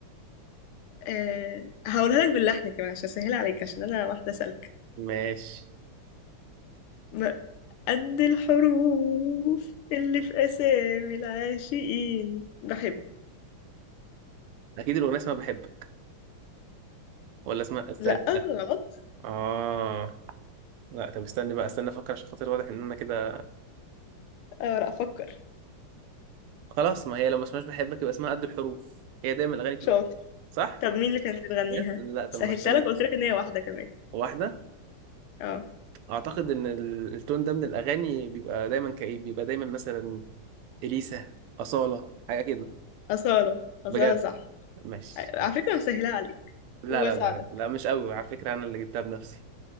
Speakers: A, on the left (about 80°); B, on the right (about 85°).
A: أه هقولها لك باللحن كمان عشان أسهل عليك عشان أنا واحدة سالكة
B: ماشي
A: م- قد الحروف اللي في أسامي العاشقين بحب
B: اكيد الاغنيه اسمها بحبك ولا اسمها استنى
A: لأ
B: لا
A: غلط
B: اه لا طب استني بقى استنى افكر عشان خاطر واضح ان انا كده
A: أه لأ أفكر
B: خلاص ما هي لو ما اسمهاش بحبك يبقى اسمها قد الحروف هي دايما الاغاني بتبقى
A: شاطر
B: كده صح
A: طب مين اللي كانت بتغنيها
B: بجد لا طب
A: سهلتها
B: ما استني
A: لك
B: بقى
A: قلت لك إن هي واحدة كمان
B: واحده
A: اه
B: اعتقد ان ال- التون ده من الاغاني بيبقى دايما كئيب بيبقى دايما مثلا اليسا اصاله حاجه كده
A: أصالة أصالة
B: بجد
A: صح
B: ماشي
A: على فكرة أنا مسهلها عليك
B: لا
A: وبساعدك
B: لا لا لا مش قوي على فكره انا اللي جبتها بنفسي